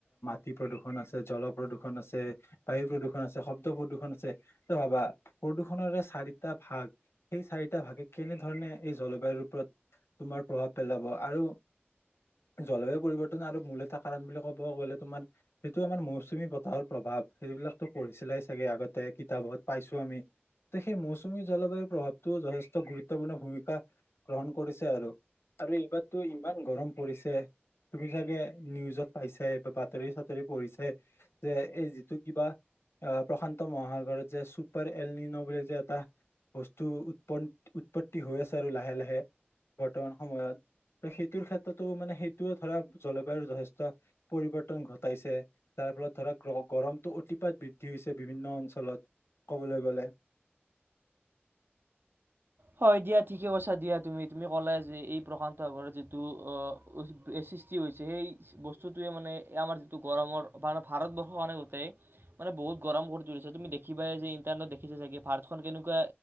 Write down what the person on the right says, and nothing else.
হয় দিয়া ঠিকে কৈছা দিয়া তুমি তুমি ক'লে যে এই প্ৰশান্ত সাগৰত যিটো অঁ সৃষ্টি হৈছে সেই বস্তুটোৱে মানে আমাৰ যিটো গৰমৰ মে ভাৰতবৰ্ষৰ কাৰণে গোটেই মানে বহুত গৰম কৰি তুলিছে তুমি দেখিবা যে ইণ্টাৰনেটত দেখিছা চাগে ভাৰতখন কেনেকুৱা